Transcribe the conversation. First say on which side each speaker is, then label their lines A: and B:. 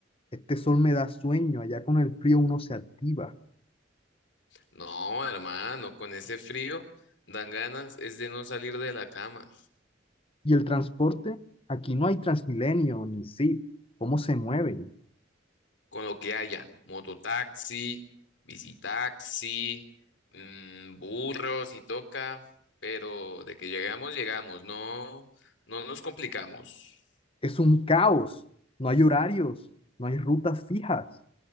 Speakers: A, on the left; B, on the left.
A: este sol me da sueño. Allá con el frío uno se activa.
B: No, hermano, con ese frío dan ganas es de no salir de la cama.
A: Y el transporte, aquí no hay Transmilenio ni Zip. ¿Cómo se mueven?
B: Con lo que haya, mototaxi, bicitaxi, mm, burros si toca, pero de que llegamos, llegamos. No, no nos complicamos.
A: Es un caos, no hay horarios, no hay rutas fijas.